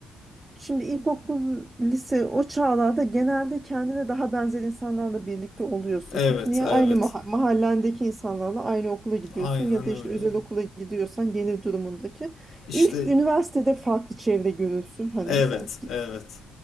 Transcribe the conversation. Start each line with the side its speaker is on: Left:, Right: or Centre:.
Right: şimdi ilkokul, lise o çağlarda genelde kendine daha benzer insanlarla birlikte oluyorsun.
Left: Evet,
Right: Çünkü niye
Left: evet.
Right: aynı maha- mahallendeki insanlarla aynı okula gidiyorsun
Left: Aynen
Right: ya da
Left: öyle.
Right: işte özel okula gidiyorsan gelir durumundaki.
Left: İşte
Right: İlk üniversitede farklı çevre görürsün. Hani
Left: evet,
Right: mesela
Left: evet.